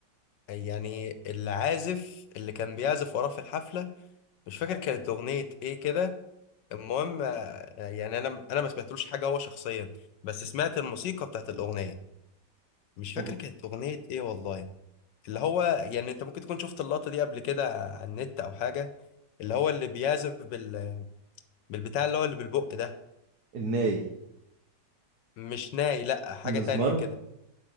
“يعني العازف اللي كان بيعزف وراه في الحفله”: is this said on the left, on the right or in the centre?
Left